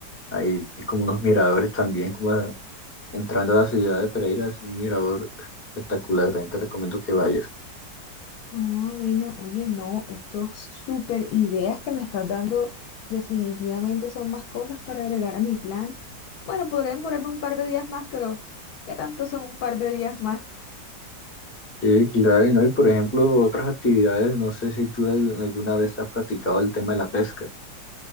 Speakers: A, on the left (about 15°); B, on the left (about 65°).
A: Hay como unos miradores también, como entrando a la ciudad de Pereira, es un mirador espectacular, también te recomiendo que vayas.
B: Ah, bueno, oye, no, estos súper ideas que me estás dando definitivamente son más cosas para agregar a mi plan. Bueno, podré demorarme un par de días más, pero ¿qué tanto son un par de días más?
A: Sí, claro, y no, y por ejemplo, otras actividades, no sé si tú al- alguna vez has practicado el tema de la pesca.